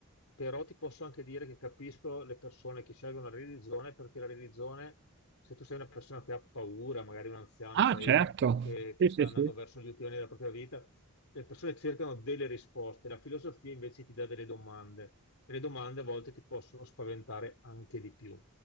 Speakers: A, on the left; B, on the right.
A: però ti posso anche dire che capisco le persone che scelgono la religione perché la religione, se tu sei una persona che ha paura, magari un anziano,
B: Ah
A: sai,
B: certo,
A: che, che
B: sì, sì,
A: sta andando
B: sì.
A: verso gli ultimi anni della propria vita, le persone cercano delle risposte, la filosofia invece ti dà delle domande e le domande a volte ti possono spaventare anche di più.